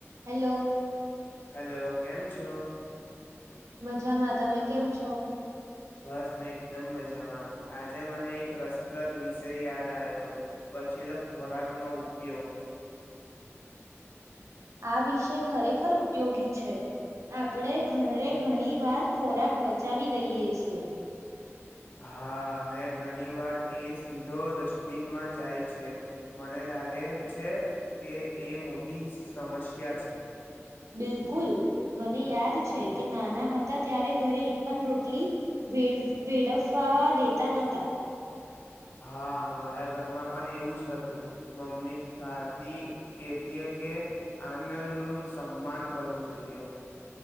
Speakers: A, on the right; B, on the left.
A: Hello
B: hello કેમ છો
A: મજામાં તમે કેમ છો
B: બસ હું એકદમ મજામાં આજે મને એક રસપ્રદ વિષય યાદ આયો બચેલો ખોરાકનો ઉપયોગ.
A: આ વિષય ખરેખર ઉપયોગી છે આપણે ઘરે ઘણી વાર ખોરાક બચાવી દઈએ છીએ.
B: હા અને ઘણી વાર એ સીધો ડસ્ટબિનમાં જાય છે મને લાગે છે કે એ મોટી સમસ્યા છે.
A: બિલકુલ મને યાદ છે કે નાના હતા ત્યારે ઘરે એક પણ રોટલી વેડ વેડફવા દેતા નતા.
B: હા મારા ઘરમાં પણ એવું જ હતું મમ્મી ખાતી કેતી કે અન્નનું સન્માન કરવું જોઈએ.